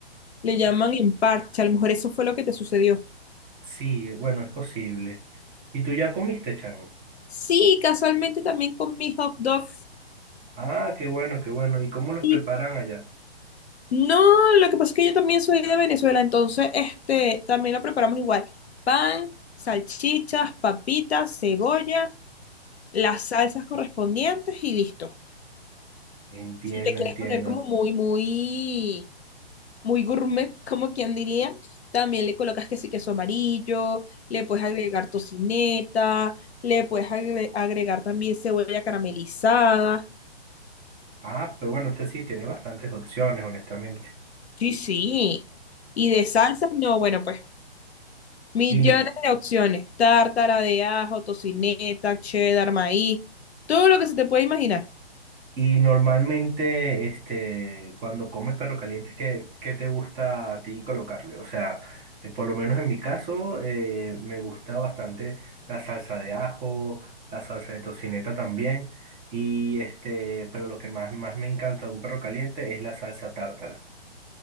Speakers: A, on the left; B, on the right.
A: le llaman
B: Eh,
A: en a lo mejor eso fue lo que te sucedió.
B: Sí, bueno, es posible. ¿Y tú ya comiste, Charo?
A: Sí, casualmente también comí hot dog.
B: Ah, qué bueno, qué bueno. ¿Y cómo los
A: Y
B: preparan allá?
A: no, lo que pasa es que yo también soy de Venezuela, entonces este también lo preparamos igual. Pan, salchichas, papitas, cebolla, las salsas correspondientes y listo.
B: Entiendo,
A: Si te quieres
B: entiendo.
A: poner como muy, muy muy gourmet, como quien diría. También le colocas que sí queso amarillo, le puedes agregar tocineta, le puedes agre- agregar también cebolla caramelizada.
B: Ah, pero bueno, este sí tiene bastantes opciones, honestamente.
A: Sí, sí. Y de salsas, no, bueno, pues millones
B: Y,
A: de opciones. Tártara de ajo, tocineta, cheddar, maíz, todo lo que se te puede imaginar.
B: y normalmente, este, cuando comes perro caliente, ¿qué, qué te gusta a ti colocarle? O sea, eh, por lo menos en mi caso, eh, me gusta bastante la salsa de ajo, la salsa de tocineta también. Y este, pero lo que más, más me encanta de un perro caliente es la salsa tártara.